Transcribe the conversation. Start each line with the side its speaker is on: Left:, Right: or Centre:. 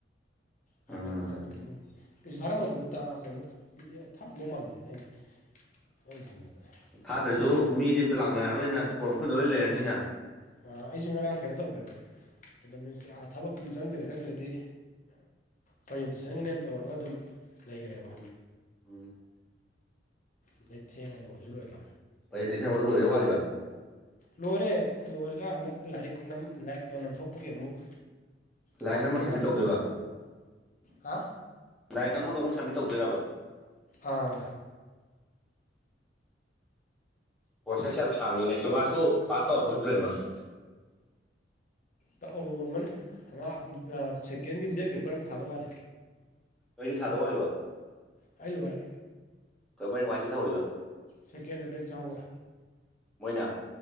Left: ꯍꯥꯏꯐꯦꯠꯇ
Centre: ꯎꯝ
Left: ꯆꯠꯂꯨꯒꯅꯤ ꯀꯩꯁꯨ ꯊꯥꯔꯝꯃꯣꯏꯗꯕ ꯇ ꯀꯩꯅꯣ ꯊꯥꯝꯗꯧ ꯃꯥꯟꯗꯦ ꯑꯩ ꯑꯩꯅ ꯈꯟꯕꯗ
Centre: ꯊꯥꯗ꯭ꯔꯁꯨ
Left: ꯑꯩ ꯑꯩ
Centre: ꯃꯤꯗꯤ ꯑꯃꯝꯇ ꯂꯥꯛꯅꯔꯔꯣꯏꯅ ꯏꯁꯄꯣꯔꯠ ꯃ ꯂꯣꯏꯅ ꯂꯩꯔꯅꯤꯅ
Left: ꯑ ꯑꯩꯁꯦ ꯉꯔꯥꯡ ꯀꯩꯅꯣ ꯇꯧꯈ꯭ꯔꯦꯕ ꯗ ꯃꯤꯟꯁ ꯊꯕꯛꯇꯨꯝ ꯆꯪꯗ꯭ꯔꯦ ꯆꯪꯗ꯭ꯔꯗꯤ ꯄ꯭ꯔꯖꯦꯟꯇꯦꯁꯟꯒꯅꯦꯅ ꯇꯧꯔꯒ ꯑꯗꯨꯝ ꯂꯩꯈ꯭ꯔꯦꯕ
Centre: ꯎꯝ ꯎꯝ
Left: ꯑꯗꯩ ꯊꯦꯡꯉꯦ ꯂꯣꯏꯁꯨ ꯂꯣꯏꯕ
Centre: ꯄ꯭ꯔꯖꯦꯟꯇꯦꯁꯟ ꯍꯧ ꯂꯣꯏꯗ ꯋꯥꯠꯂꯤꯕ
Left: ꯂꯣꯏꯔꯦ ꯂꯣꯏꯔꯒ ꯑꯃꯨꯛ ꯂꯥꯏꯔꯤꯛ ꯂꯥꯏꯔꯤꯛ ꯇ ꯅꯝꯊꯣꯛꯄꯒꯤ ꯑꯃꯨꯛ
Centre: ꯂꯥꯏꯟ
Left: ꯂꯥꯛꯄꯗꯨꯗ
Centre: ꯑꯃ ꯁꯝꯃꯤꯠ ꯇꯧꯗꯣꯏꯕ
Left: ꯍꯥ
Centre: ꯗꯥꯏꯔꯤꯦꯛ ꯑꯃꯒ ꯑꯃꯨꯛ ꯁꯕꯃꯤꯠ ꯇꯧꯗꯣꯏꯔꯕ
Left: ꯑꯥ
Centre: ꯎ ꯑꯣꯁꯦꯁ ꯌꯥꯝ ꯁꯥꯡꯂꯤꯅꯦ ꯁꯕꯥꯥꯁ ꯐꯥꯁꯔ ꯐꯦꯃꯁ
Left: ꯇꯥꯛ ꯃꯅꯦ ꯃꯥ ꯁꯦꯀꯦꯟꯒꯤ ꯕꯦꯦꯛ ꯄꯦꯄꯔ ꯑꯃ ꯊꯥꯗ ꯋꯥꯠꯂꯦ
Centre: ꯑꯩꯁꯨ ꯊꯥꯗꯕ ꯋꯥꯂꯤꯕꯣ
Left: ꯑꯜ ꯋꯥꯔ
Centre: ꯀꯅꯤ ꯉꯆ ꯊꯧꯔꯒ
Left: ꯁꯦꯀꯦꯟꯗꯕꯦꯛ ꯆꯥꯎꯛ
Centre: ꯃꯣꯏꯅ